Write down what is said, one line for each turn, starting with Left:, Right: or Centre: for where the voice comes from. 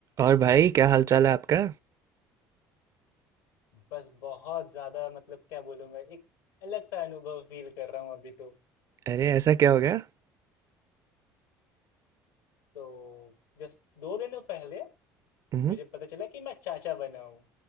Right: और भाई क्या हाल चाल है आपका
Left: बस बहुत ज़्यादा मतलब क्या बोलूँगा एक अलग सा अनुभव फील कर रहा हूँ अभी तो
Right: अरे ऐसा क्या हो गया
Left: तो जस्ट दो दिनों पहले
Right: हम्म
Left: मुझे पता चला कि मैं चाचा बना हूँ